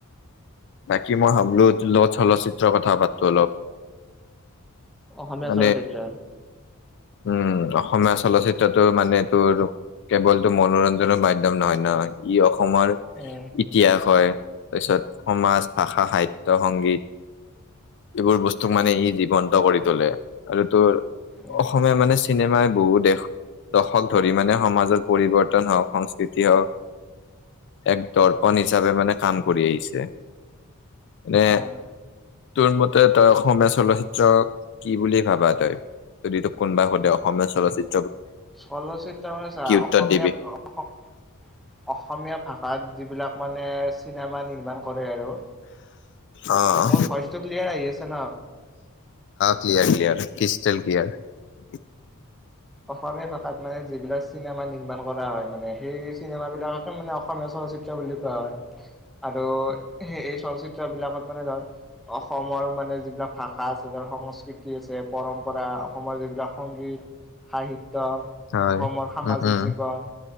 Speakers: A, on the left (about 55°); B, in the centre.
A: বাকী মই ভাবলো চলচ্চিত্ৰৰ কথা পাতো অলপ
B: অসমীয়া
A: আ
B: চলচিত্ৰ
A: উম অসমীয়া চলচিত্ৰটো মানে তোৰ কেৱলতটো মনোৰঞ্জনৰ মাধ্যম নহয় ন ই অসমৰ
B: উম
A: ইতিহাস হয় তাৰপিছত সমাজ ভাষা সাহিত্য সংগীত এইবোৰ বস্তুক মানে ই জীৱন্ত কৰি লে আৰু তোৰ
B: উম
A: অসমীয়া মানে চিনেমা বহু দেশ দশক ধৰি মানে সমাজৰ পৰিৱৰ্তন হওঁক, সংস্কৃতি হওঁক। এক দৰ্পণ হিচাপে মানে কাম কৰি আহিছে। মানে
B: অ'।
A: তোৰ মতে তই অসমীয়া চলচিত্ৰক কি বুলি ভাবা তই? যদি তোক কোনোবা সোধে অসমীয়া চলচিত
B: চলচিত্ৰ মানে চা,
A: উত্তৰ
B: অসমীয়াত
A: দিবি
B: অস অসমীয়া ভাষাত যিবিলাক মানে চিনেমা নিৰ্মাণ কৰে আৰু
A: অ'।
B: মোৰ
A: অ',
B: ভইচটো ক্লিয়াৰ আহি আছে ন?
A: Clear, clear. ক্ৰিষ্টষ্টেল গিয়াৰ
B: অসমীয়া ভাষাত মানে যিবিলাক চিনেমা নিৰ্মাণ কৰা হয় মানে সেই চিনেমা বিলাককে মানে অসমীয়া চলচিত্ৰ বুলি কোৱা হয় আৰু স এই চলচিত্ৰ বিলাকত মানে ধৰ অসমৰ মানে যিবিলাক ভাষা আছে ধ সংস্কৃতি আছে পৰম্পৰা অসমৰ যিবিলাক সংগীত সাহিত্য
A: হয়
B: অসমৰ সামাজিক
A: উম উম
B: জীৱন